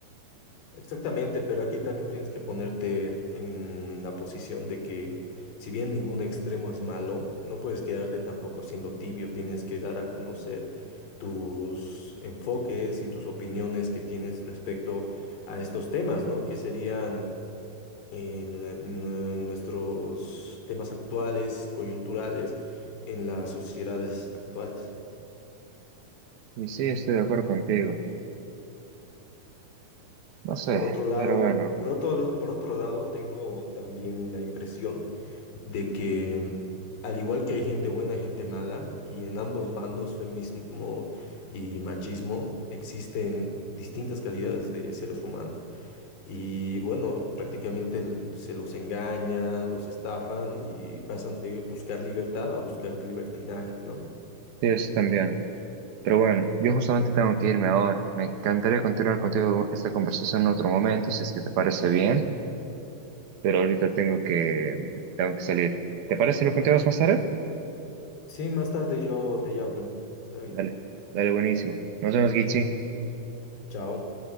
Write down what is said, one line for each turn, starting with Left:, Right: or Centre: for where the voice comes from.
Left: Exactamente, pero aquí también tienes que ponerte en la posición de que si bien ningún extremo es malo, no puedes quedarte tampoco siendo tibio, tienes que dar a conocer tus enfoques y tus opiniones que tienes respecto a estos temas, ¿no? Que serían eh, nue- nue- nuestros temas actuales, coyunturales en las sociedades actuales.
Right: Y sí, estoy de acuerdo contigo, no sé,
Left: Por otro lado,
Right: pero bueno,
Left: por otro, por otro lado, tengo también la impresión de que al igual que hay gente buena y gente mala, y en ambos bandos, feminismo y machismo, existen distintas calidades de seres humanos. Y bueno, prácticamente l- se los engañan, los estafan y pasan de buscar libertad a buscar libertinaje, ¿no?
Right: sí, eso también. Pero bueno, yo justamente tengo que irme ahora. Me encantaría continuar contigo esta conversación en otro momento, si es que te parece bien, pero ahorita tengo que, tengo que salir. ¿Te parece si lo continuamos más tarde?
Left: Sí, más tarde yo te llamo. Está bien.
Right: Dale, dale, buenísimo. Nos vemos, Gichi.
Left: Chao.